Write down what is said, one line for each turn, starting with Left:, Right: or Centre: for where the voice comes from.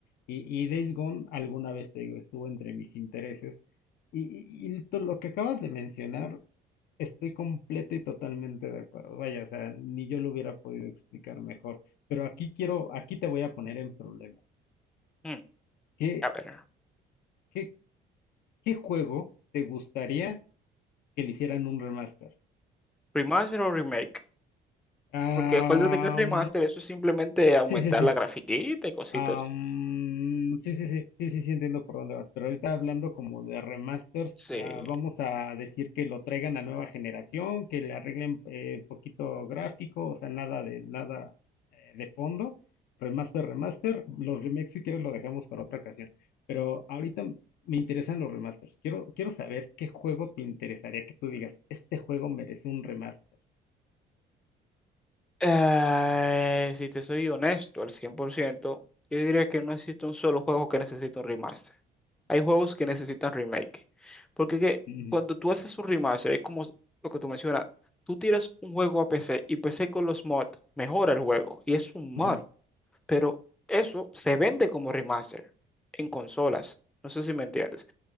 Left: Y, y Days Gone, alguna vez te digo, estuvo entre mis intereses. Y, y- y to- lo que acabas de mencionar, estoy completa y totalmente de acuerdo. Vaya, o sea, ni yo lo hubiera podido explicar mejor. Pero aquí quiero, aquí te voy a poner en problemas.
Centre: Mm,
Left: ¿Qué,
Centre: a ver,
Left: qué, qué juego te gustaría? que le hicieran un remaster.
Centre: remaster o remake,
Left: Am,
Centre: porque acuérdate que el remaster eso es simplemente aumentar
Left: sí, sí, sí.
Centre: la grafiquita y cositas.
Left: Am, sí, sí, sí, sí, sí, sí, entiendo por dónde vas. Pero ahorita hablando como de remasters,
Centre: Sí.
Left: ah, vamos a decir que lo traigan a nueva generación, que le arreglen eh, poquito gráfico, o sea, nada de nada eh, de fondo. Remaster, remaster. Los remakes, si quieres, lo dejamos para otra ocasión. Pero ahorita me interesan los remasters. Quiero, quiero saber qué juego te interesaría que tú digas, este juego merece un remaster.
Centre: Eh, si te soy honesto al 100%, yo diría que no existe un solo juego que necesite un remaster. Hay juegos que necesitan remake. Porque que
Left: Ujú,
Centre: cuando tú haces un remaster, es como lo que tú mencionas, tú tiras un juego a PC y PC con los mods mejora el juego y es un
Left: ujú.
Centre: mod, pero eso se vende como remaster en consolas. No sé si me entiendes.